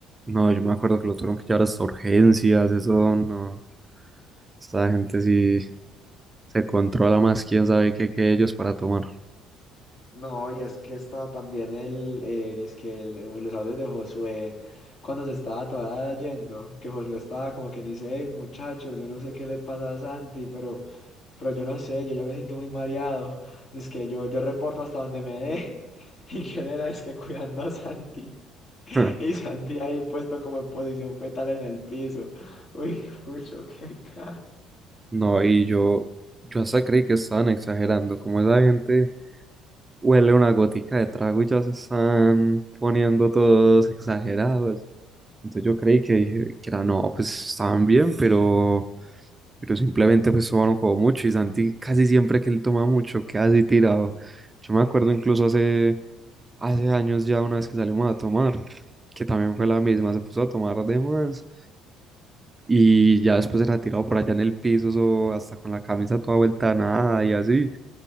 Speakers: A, on the right; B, on the left.
A: no, yo me acuerdo que lo tuvieron que llevar hasta urgencias, eso no. Esta gente sí se controla más, quién sabe qué que ellos para tomar.
B: No, y es que estaba también el, eh, dizque el- en los audios de Josué, cuando se estaba todavía yendo, que Josué estaba como que dice, hey muchachos, yo no sé qué le pasa a Santi, pero, pero yo no sé, yo ya me siento muy mareado, <laughs> que yo, yo reporto hasta donde me dé, <laughs> y que él era, que cuidando a Santi, <laughs>
A: <laughs>
B: y Santi ahí puesto como en posición fetal en el piso, uy, <laughs> mucho qué cara.
A: No, y yo, yo hasta creí que estaban exagerando, como esa gente huele una gotica de trago y ya se están poniendo todos exagerados. Entonces yo creí que, dije que era, no, pues estaban bien, pero, pero simplemente pues tomaron como mucho y Santi casi siempre que él toma mucho queda así tirado. Yo me acuerdo incluso hace, hace años ya una vez que salimos a tomar, que también fue la misma, se puso a tomar de más y ya después era tirado por allá en el piso o hasta con la camisa toda vuelta a nada y así,